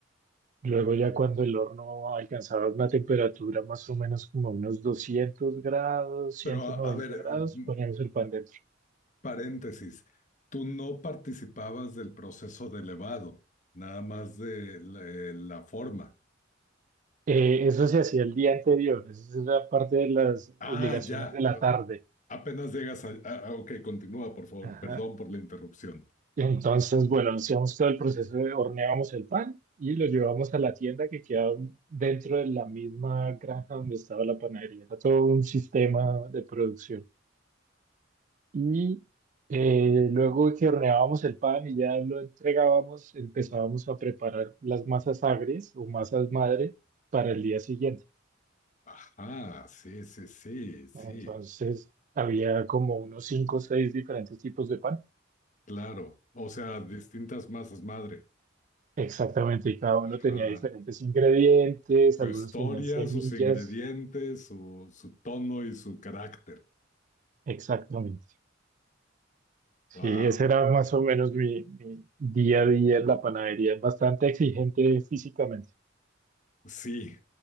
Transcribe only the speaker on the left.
Pero a,
a ver,
mm,
paréntesis, tú no participabas del proceso de elevado, nada más de la la forma.
Ah,
ya.
Apenas llegas a, ah, a- Ok, continúa, por favor.
Perdón por la interrupción.
Ajá, sí, sí, sí, sí.
Claro. O sea, distintas masas madre.
Ajá.
Su
historia,
sus ingredientes, su, su tono y su carácter.
Wow.
Sí,